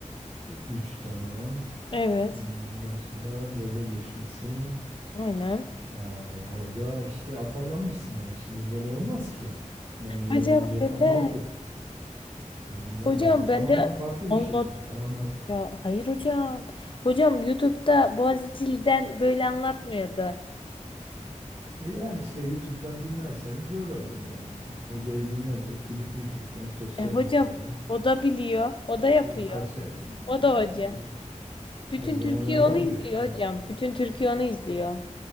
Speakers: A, on the right; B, on the left.
A: Üç tamam.
B: Evet.
A: Hmm, Ondan sonra dörde geçmişsin.
B: Aynen.
A: Ee, orada işte afallamışsın yani. Şimdi bu böyle olmaz ki. Yani bunları
B: Hocam
A: biz hep
B: dede.
A: anlattık. Yani Bunlar
B: Hocam
A: bu, bu tamamen
B: ben de
A: farklı
B: anlat.
A: bir şey yani. Tamamen
B: Ya hayır hocam. Hocam YouTube'da Boğaziçi'liden böyle anlatmıyordu.
A: E yani işte YouTube'dan dinlerseniz böyle oluyor yani. Şimdi hocayı dinlemeyip gidip YouTube'dan, sosyal
B: E, hocam
A: medyadan
B: o da biliyor. O da yapıyor.
A: e, kaça
B: O
A: yani
B: da hoca.
A: öyle
B: Bütün
A: Her zaman
B: Türkiye
A: öyle olmuyor.
B: onu izliyor
A: Fark
B: hocam. Bütün Türkiye onu izliyor.